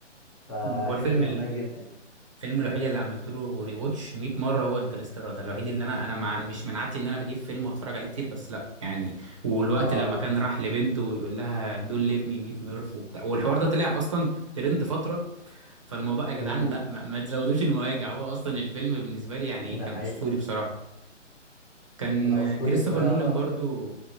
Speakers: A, on the left; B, on the right.
A: فحته
B: مم. هو الفيلم
A: جمدان
B: ال-
A: جدا يعني
B: الفيلم الوحيد اللي عملت له ري واتش 100 مره هو انترستيلر ده الوحيد اللي انا انا مع مش من عادتي ان انا بجيب فيلم واتفرج عليه كتير بس لا يعني والوقت
A: اه
B: لما كان راح لبنته ويقول لها دون ليف مي مي في ميرف وبتاع والحوار ده طلع اصلا ترند فتره فالموضوع يا جدعان
A: امم
B: لا ما, ما تزودوش المواجع هو اصلا الفيلم بالنسبه لي يعني
A: ده
B: كان
A: حقيقي
B: اسطوري بصراحه كان
A: لا اسطوري
B: كريستوفر
A: بطريقه
B: نولان برضو